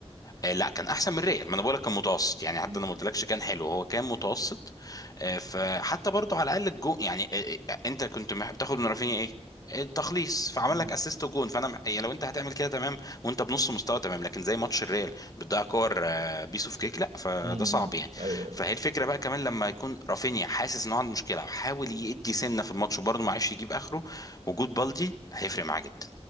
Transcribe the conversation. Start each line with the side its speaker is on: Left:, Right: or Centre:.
Left: آه، لا كان احسن من ريال ما انا بقولك كان متوسط يعني حتى
Right: مم.
Left: انا ما قلتلكش كان حلو هو كان متوسط آه، فحتى برضو على الاقل الجون يعني آه، آه، آه، انت كنت مح- بتاخد من رافينيا ايه التخليص فعمل
Right: مم.
Left: لك اسيست وجون فانا مح- يعني لو انت هتعمل كده تمام وانت بنص مستوى تمام لكن زي ماتش الريال بتضيع كور آه، بيس اوف كيك لا فده
Right: مم.
Left: صعب يعني
Right: أيوه
Left: فهي
Right: أيوه
Left: الفكره بقى كمان لما يكون رافينيا حاسس انه عنده مشكله وحاول يدي سنه في الماتش وبرضه ما عرفش يجيب اخره وجود بالدي هيفرق معاه جدا